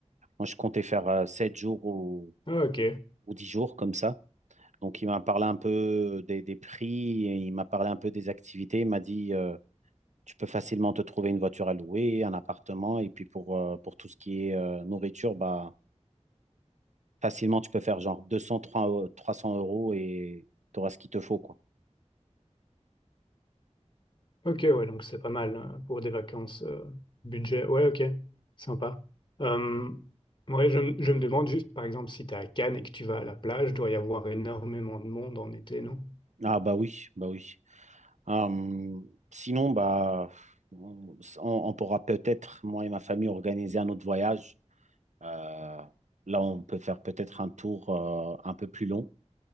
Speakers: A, on the right (about 80°); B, on the left (about 40°).
A: Moi, je comptais faire euh, 7 jours ou,
B: Ah, ok.
A: ou 10 jours comme ça. Donc, il m'a parlé un peu des, des prix, et il m'a parlé un peu des activités, il m'a dit, euh, tu peux facilement te trouver une voiture à louer, un appartement, et puis pour, euh, pour tout ce qui est euh, nourriture, bah, Facilement, tu peux faire genre deux cents, trois euh, 300 euros et tu auras ce qu'il te faut, quoi.
B: Ok, ouais, donc c'est pas mal euh, pour des vacances euh, budget. Ouais, ok, sympa. Euh, ouais, je, me je me demande juste, par exemple, si t'es à Cannes et que tu vas à la plage, doit y avoir énormément de monde en été, non?
A: Ah bah oui, bah oui. Hum, sinon, bah, on, on pourra peut-être, moi et ma famille, organiser un autre voyage. Euh, là, on peut faire peut-être un tour euh, un peu plus long.